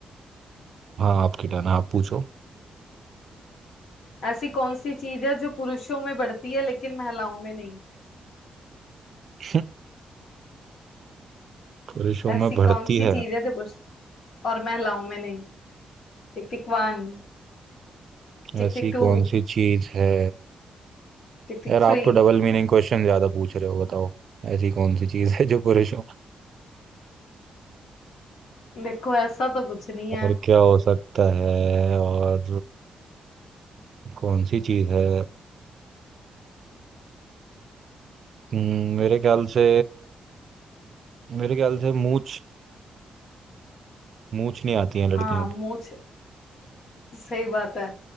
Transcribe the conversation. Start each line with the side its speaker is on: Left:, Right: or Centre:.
Right: हाँ आपकी टर्न आप पूछो
Left: ऐसी कौन सी चीज है जो पुरुषों में बढ़ती है लेकिन महिलाओं में नहीं
Right: <laughs> पुरुषों
Left: ऐसी
Right: में बढ़ती
Left: कौन सी
Right: है
Left: चीज है जो पुरुष और महिलाओं में नहीं Tick tick one Tick
Right: ऐसी
Left: tick two
Right: कौन सी चीज है
Left: Tick tick
Right: यार आप
Left: three
Right: तो डबल मीनिंग क्वेश्चन ज्यादा पूछ रहे हो बताओ ऐसी कौन सी चीज है जो पुरुषों
Left: देखो ऐसा तो कुछ नहीं है
Right: और क्या हो सकता है और कौन सी चीज है हम्म, मेरे ख्याल से मेरे ख्याल से मूछ मूछ नहीं आती है लड़कियों
Left: हाँ मूछ
Right: की
Left: सही बात है